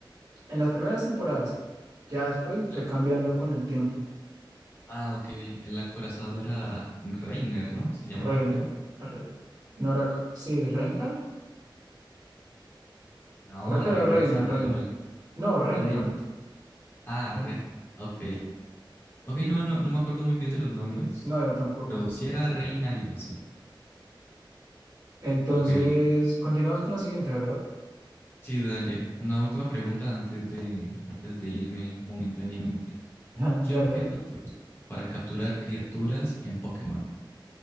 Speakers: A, on the right; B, on the left.
A: En las primeras temporadas. Ya después
B: El
A: fue
B: ac-
A: cambiando con el tiempo.
B: Ah, ok. El acorazado era Reiner, ¿no? Se llamaba,
A: Reiner.
B: creo.
A: Re- no era co- sí, Reinhardt.
B: No,
A: Creo que
B: Rengar
A: era Reina,
B: es el de
A: Reina.
B: LOL.
A: No, Reinhardt.
B: Rein. Ah,
A: Sí.
B: Re. Ok. Ok, no, no, no me acuerdo muy bien de los nombres.
A: No, yo tampoco.
B: Pero si era Rein algo, sí.
A: Entonces,
B: Ok.
A: continuamos con la siguiente, ¿verdad?
B: Sí, dale. Una última pregunta antes de, antes de irme momentáneamente.
A: <laughs>
B: ¿Qué
A: Dale, dale.
B: objeto se usa para capturar criaturas en Pokémon?